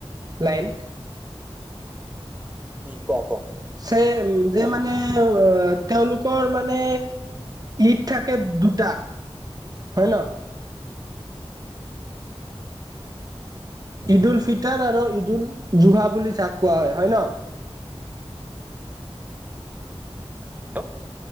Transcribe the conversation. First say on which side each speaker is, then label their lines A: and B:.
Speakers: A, on the right; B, on the right.
A: লাইন
B: উম কোৱা কোৱা
A: উ যে মানে তেওঁলোকৰ মানে। ঈদ থাকে দুটা হয়। ন ঈদুল ফিতাৰ আৰু ঈদুল জুহা বুলি যাক কোৱা হয় হয়। ন
B: হেল্ল'